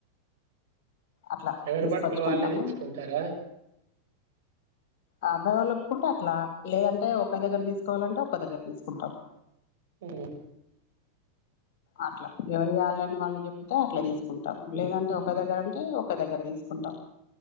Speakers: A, on the left; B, on the right.
A: అట్లా
B: ఎవరి
A: తీసుకొచ్చుకుంటాము
B: బట్టలు వాళ్ళే తెచ్చుకుంటారా
A: అబ్బాయి వాళ్ళు ఒప్పుకుంటే అట్లా లేదంటే ఒకే దగ్గర తీసుకోవాలంటే ఒక దగ్గర తీసుకుంటాం
B: ఉం
A: అట్లా ఎవరుయళ్ళని వాళ్ళు చెప్తే అట్లా తీసుకుంటాం లేదంటే ఒకే దగ్గర ఉంటే ఒకే దగ్గర తీసుకుంటాం